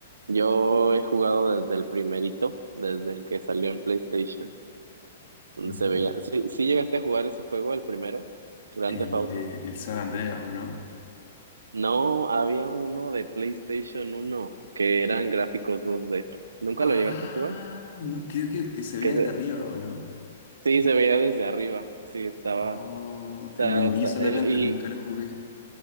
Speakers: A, on the right; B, on the left.
A: yo he jugado desde el primerito, desde el que salió en PlayStation. donde
B: Ujú.
A: se veía. Sí, sí llegaste a jugar ese juego, el primero, Grand
B: El
A: Theft Auto.
B: de el San Andreas, ¿o no?
A: No, había uno de PlayStation uno que eran gráficos dos d ¿Nunca
B: Ah,
A: lo llegaste a jugar?
B: no, creo que se veía
A: Que se,
B: desde arriba, ¿o no?
A: sí, se veía desde arriba. Sí, estaba.
B: No,
A: O sea,
B: lo
A: esta-
B: vi solamente,
A: eh, y
B: nunca lo jugué.